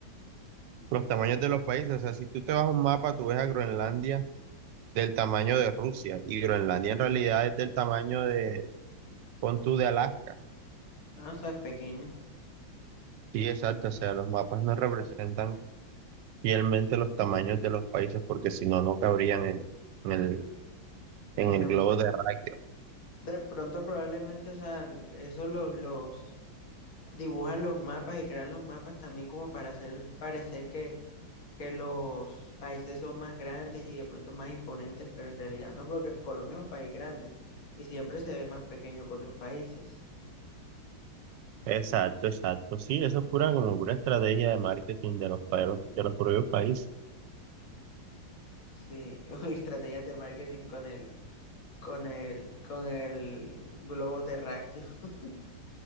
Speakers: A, on the right; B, on the left.
A: Los tamaños de los países, o sea, si tú te vas a un mapa, tú ves a Groenlandia del tamaño de Rusia y Groenlandia en realidad es del tamaño de, pon tú, de Alaska.
B: Ah, o sea, es pequeño.
A: Sí, exacto, o sea, los mapas no representan fielmente los tamaños de los países porque si no, no cabrían en, en el, en
B: En
A: el
B: el-
A: globo terráqueo.
B: de pronto, probablemente, o sea, esos los, los dibujan los mapas y crean los mapas también como para hacer parecer que, que los países son más grandes y de pronto más imponentes, pero en realidad no, porque Colombia es un país grande y siempre se ve más pequeño que otros países.
A: Exacto, exacto, sí, eso es pura como pura estrategia de marketing de los, pa- de los, de los propios países.
B: Sí, <laughs> uy, estrategias de marketing con el, con el, con el globo terráqueo. <laughs>